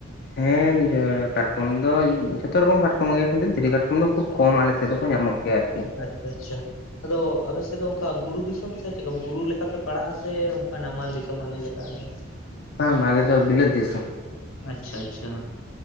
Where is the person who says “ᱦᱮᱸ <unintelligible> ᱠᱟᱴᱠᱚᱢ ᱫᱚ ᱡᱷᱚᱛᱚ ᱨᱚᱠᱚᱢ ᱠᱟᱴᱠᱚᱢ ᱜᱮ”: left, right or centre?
Left